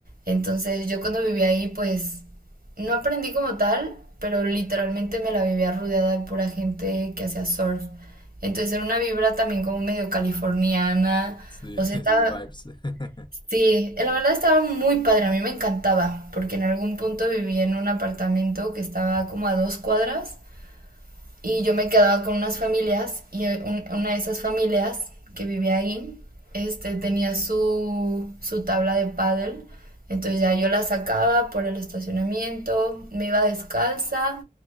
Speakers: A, on the right; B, on the left.
A: Entonces yo cuando viví ahí pues no aprendí como tal, pero literalmente me la vivía rodeada de pura gente que hacía surf. Entonces era una vibra también como medio californiana.
B: sí,
A: O sea,
B: <laughs> esos
A: estaba...
B: vibes. <laughs>
A: Sí, la verdad estaba muy padre, a mí me encantaba, porque en algún punto viví en un apartamento que estaba como a dos cuadras y yo me quedaba con unas familias y eh, un- una de esas familias que vivía ahí este, tenía su, su tabla de pádel. Entonces ya yo la sacaba por el estacionamiento, me iba descalza